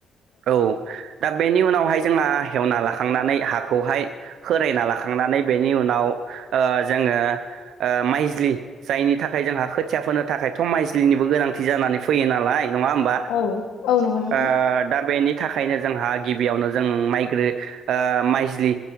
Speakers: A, on the right; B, on the left.
A: औ। दा बेनि उनावहाय जोंहा हेवना लाखांनानै हाखौहाय खोरायना लाखांनानै बेनि उनाव ओ जोङो माइज्लि जायनि थाखाय जोंहा खोथिया फोनो थाखायथ' माइज्लिनिबो गोनांथि जानानै फैयो नालाय नङा होमबा?
B: औ औ नंगौ नोंथां
A: ओ दा बेनि थाखायनो जोंहा गिबियावनो जों माइग्रो औ माइजलि